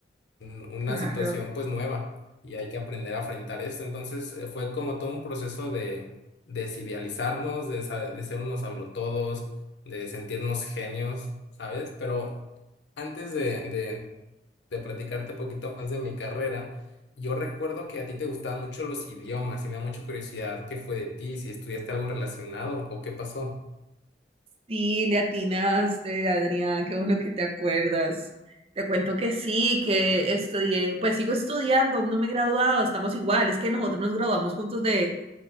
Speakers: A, on the left; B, on the right.
A: un- una
B: Claro.
A: situación pues nueva y hay que aprender a enfrentar esto. Entonces eh, fue como todo un proceso de desidealizarnos, de, sa- de ser unos hablotodos, de sentirnos genios, ¿sabes? Pero antes de, de de platicarte un poquito más de mi carrera. Yo recuerdo que a ti te gustaban mucho los idiomas y me da mucha curiosidad qué fue de ti, si estudiaste algo relacionado o qué pasó.
B: Sí, le atinaste, Adrián, qué bueno que te acuerdas. Te cuento que sí, que estudié, pues sigo estudiando, aún no me he graduado, estamos igual, es que nosotros nos graduamos juntos de,